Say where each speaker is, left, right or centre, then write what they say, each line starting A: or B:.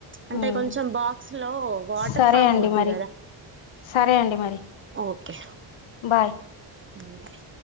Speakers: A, on the right; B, on the left.
A: అంటే
B: ఉమ్,
A: కొంచెం బాక్స్ లో వాటర్
B: సరే
A: ఫామ్
B: అండి
A: అవుద్ది
B: మరి
A: కదా
B: సరే అండి మరి
A: ఓకే
B: బాయ్
A: బా